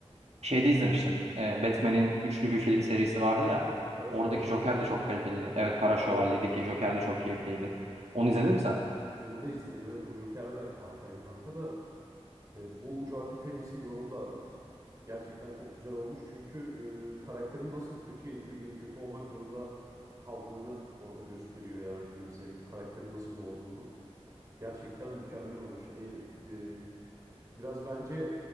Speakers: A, on the right; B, on the right.
A: şeyde izlemiştim. Ee, Batman'in üçlü bir film serisi vardı ya.
B: Hmm, Kara
A: Oradaki
B: Şövalye'de
A: Joker
B: mi?
A: de çok kaliteliydi. Evet Kara Şövalye'deki
B: Evet evet.
A: Joker de
B: Ee,
A: çok keyifliydi. Onu izledin mi sen?
B: onu da izledim. Evet o Joker de harikaydı kanka da. Ee, bu Joaquin Phoenix'in yorumu da gerçekten çok güzel olmuş. Çünkü e, karakterin nasıl kötüye itildiğini, kötü olmak zorunda kaldığını orada gösteriyor yani film bize. Karakterin nasıl doğduğunu. Gerçekten mükemmel olmuş. Hani e, biraz bence